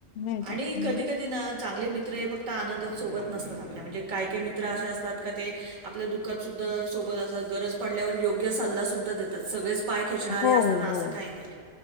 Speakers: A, on the left; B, on the right.
A: नाही का
B: आणि
A: हं.
B: कधी कधी ना चांगले मित्र हे फक्त आनंदात सोबत नसतात आपल्या म्हणजे काय काही मित्र असे असतात का ते आपल्या दुःखात सुद्धा सोबत असतात गरज पडल्यावर योग्य सल्ला सुद्धा देतात सगळेच पाय खेचणारे
A: हो
B: असतात
A: हो
B: अस
A: हो
B: काही नाही